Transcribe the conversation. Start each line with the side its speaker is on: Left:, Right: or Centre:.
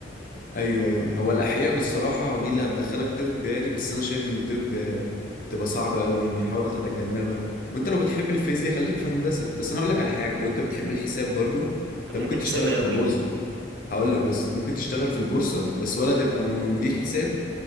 Left: ايوه ايوه هو الاحياء بالصراحه دي اللي هتدخلك طب يعني بس انا شايف ان الطب آه، تبقى صعبه قوي يعني حاول تتجنبها وانت لو بتحب الفيزياء خليك في هندسه بس انا هقول لك على حاجه لو انت بتحب الحساب برضو انت
Right: انا بحب
Left: ممكن
Right: الحساب
Left: تشتغل
Right: قوي
Left: في البورصه هقول لك بس ممكن تشتغل في البورصه بس ولا تبقى م- مدير حساب